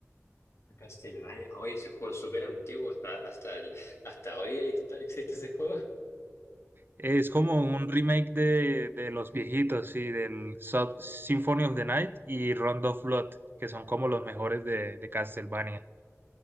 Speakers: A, on the left; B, on the right.
A: Castlevania. Oye, ese juego es súper antiguo. Hasta, hasta, el- hasta hoy ahí está, existe ese juego.
B: Es como un remake de, de los viejitos, sí, del Sub- Symphony of the Night y Round of Blood, que son como los mejores de, de Castlevania.